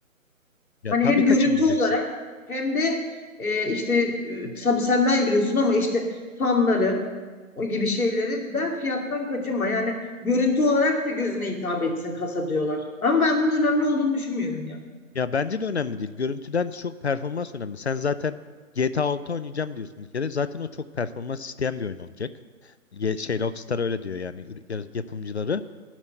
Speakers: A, on the left; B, on the left.
A: Ya
B: Hani
A: tabii
B: hem
A: kaçınmayacaksın.
B: görüntü olarak hem de e, işte e, tabii sen daha iyi biliyorsun ama işte fanları o gibi şeyleri ben fiyattan kaçınma. Yani görüntü olarak da gözüne hitap etsin kasa diyorlar. Ama ben bunun önemli olduğunu düşünmüyorum ya.
A: Ya bence de önemli değil. Görüntüden çok performans önemli. Sen zaten GTA 6 oynayacağım diyorsun bir kere. Zaten o çok performans isteyen bir oyun olacak. Ye- şey Rockstar öyle diyor yani ür- ya- yapımcıları.